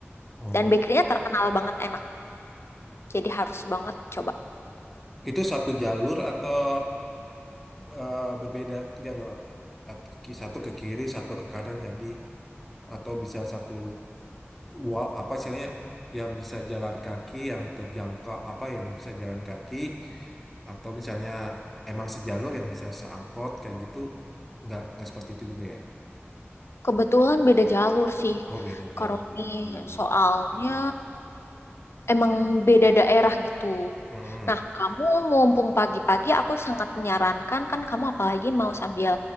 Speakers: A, in the centre; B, on the left (about 65°).
A: Oh,
B: Dan bakerynya terkenal banget enak, jadi harus banget coba.
A: itu satu jalur atau eh, berbeda jalur? At- ki- Satu ke kiri, satu ke kanan tadi, atau bisa satu wall apa istilahnya yang bisa jalan kaki, yang terjangkau apa yang bisa jalan kaki, Atau misalnya emang sejalur yang bisa seangkot kayak gitu, nggak nggak seperti itu juga ya?
B: Kebetulan beda jalur sih,
A: Oh beda jalur
B: Karoni
A: lagi,
B: soalnya
A: ya.
B: emang beda daerah gitu.
A: Mm-mm.
B: Nah, kamu mumpung pagi-pagi, aku sangat menyarankan kan kamu apalagi mau sambil